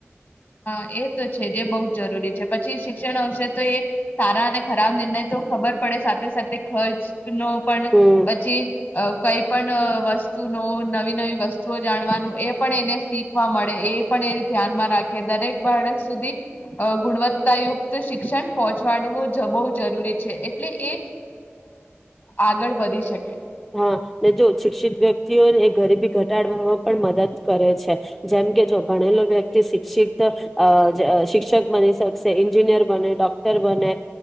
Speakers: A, on the left; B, in the centre.
A: હા, એ તો છે જે બો જ જરૂરી છે પછી શિક્ષણ આવશે તો એ સારા અને ખરાબ નિર્ણય તો ખબર પડે સાથે સાથે ખર્ચ નો પણ
B: હમ
A: પછી કઈ પણ વસ્તુનો નવી-નવી વસ્તુઓ જાણવાનું એ પણ એને શીખવા મળે એ પણ એ ધ્યાનમાં રા- કે દરેક બાળક સુધી ગુણવત્તાયુક્ત શિક્ષણ પહોંચાડવું જ બો જરૂરી છે એટલે એ આગળ વધી શકે.
B: હા, ને જો શિક્ષિત વ્યક્તિઓને એ ગરીબી ઘટાડવામાં પણ મદદ કરે છે, જેમ કે જો ભણેલો વ્યક્તિ શિક્ષિત અ શિક્ષક બની શકશે, એન્જિનિયર બને, ડોક્ટર બને